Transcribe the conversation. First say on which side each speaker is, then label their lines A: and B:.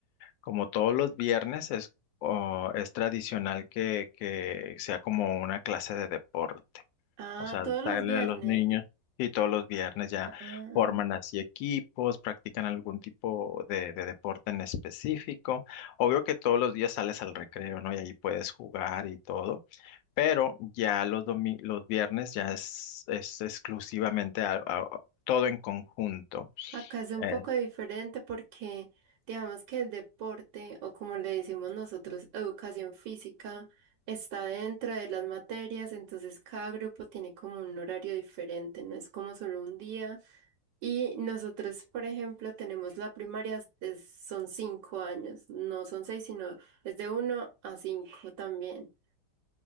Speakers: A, on the left; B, on the right.
A: como todos los viernes es, o- es tradicional que, que sea como una clase de deporte.
B: Ah,
A: O sea,
B: todos
A: salen
B: los viernes.
A: a los niños y todos los viernes ya
B: Ah,
A: forman así equipos, practican algún tipo de, de deporte en específico. Obvio que todos los días sales al recreo, ¿no? Y ahí puedes jugar y todo, pero ya los domi- los viernes ya es, es exclusivamente a- a- todo en conjunto.
B: acá es un
A: Eh,
B: poco diferente porque digamos que el deporte, o como le decimos nosotros, educación física, está dentro de las materias, entonces cada grupo tiene como un horario diferente, no es como solo un día. Y nosotros, por ejemplo, tenemos la primaria, es- son cinco años, no son seis, sino es de uno a cinco también.